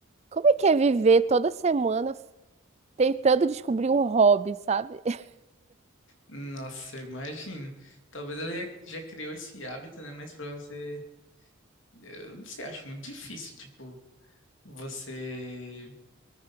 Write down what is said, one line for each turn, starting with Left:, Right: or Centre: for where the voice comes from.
Right: como é que é viver toda semana tentando descobrir um hobby, sabe? <laughs>
Left: Nossa, eu imagino. Talvez ele já, já criou esse hábito, né? Mas pra você, eu não sei, acho muito difícil, tipo, você